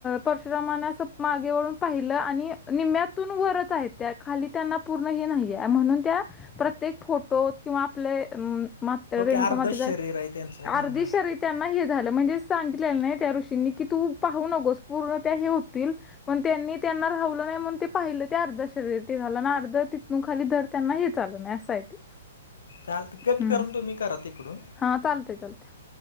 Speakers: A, on the left; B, on the left.
A: परशुरामानास मागे वळून पाहिलं आणि निम्म्यातून वरत आहेत त्या खाली त्यांना पूर्ण हे नाहीे म्हणून त्या प्रत्येक फोटो किंवा आपले मात रेणुका
B: ओके अर्धच
A: मातचा
B: शरीर आहे त्यांचं हां
A: अर्धश
B: हां
A: त्यांना हे झालं म्हणजे सांगितलं नाही त्या ऋषींनी की तू पाहू नकोस पूर्ण त्या हे होतील पण त्यांनी त्यांना रावलं नाही म्हण ते पाहिलं ते अर्ध्या शरीर झालं ना अर्ध मग खाली दर त्यांना हे चाल नाही असंय ते
B: चालत कट
A: हम्म.
B: करून तुम्ही करा तिकडून
A: हा चालतय चालते